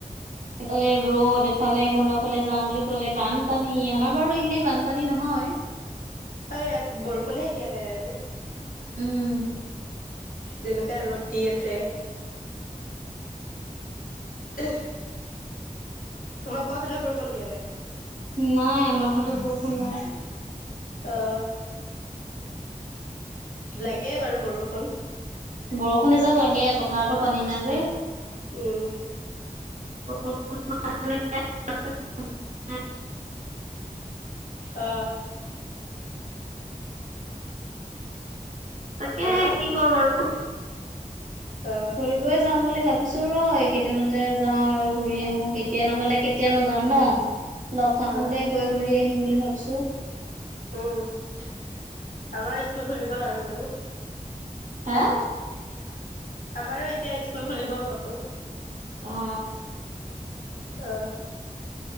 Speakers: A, on the right; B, on the left.
A: এইফালে ৰ'দ এফালে কোনোবা ফালে যাওঁ বুলি ক'লে বানপানী আমাৰ বাৰু এইখিনি বানপানী নহয়
B: আৰু ইয়াত বৰষুণে দিয়া নাই আৰু
A: উম
B: যেনেকোৱা ৰ'দ দি আছে উ তোমালক ফালো বৰষুণ দিয়া নাই
A: নাই আমাৰ ফালো বৰষুণ নাই
B: অহ লাগে বাৰু বৰষুণ
A: বৰষুণ এজাক লাগে পথাৰতো পানী নাই যে
B: উম
A: <unintelligible>
B: অহ
A: তাকে
B: হেল্ল'
A: সে কি কৰো আৰু
B: আহ
A: ফুৰিব যাম বুলি ভাবি ভাবিছো ৰ এইকেইদিনতে যাও আৰু ঘূৰি আহো কেতিয়া নগলে কেতিয়ানো যাম ন লগ থাকোতে
B: আহ
A: গৈ ঘূৰি আহিম বুলি ভাবিছো
B: উম আমাৰ স্কুল খুলিব আৰু বাৰু
A: হা
B: আমাৰো এতিয়া স্কুল খুলিব বাৰু
A: অ।
B: অ